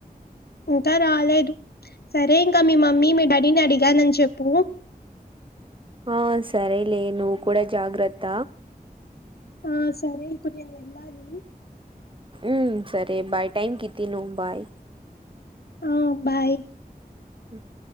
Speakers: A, on the left (about 85°); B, on the right (about 35°).
A: ఇంకా రాలేదు సరే ఇంకా మీ మమ్మీ మీ డాడీని అడిగానని చెప్పు
B: ఆ సరేలే నువ్వు కూడా జాగ్రత్త
A: ఆ సరే ఇప్పుడు నేను వెళ్ళాలి
B: మ్మ్ సరే బాయ్ టైం కి తిను బాయ్
A: ఆ బాయ్
B: మ్మ్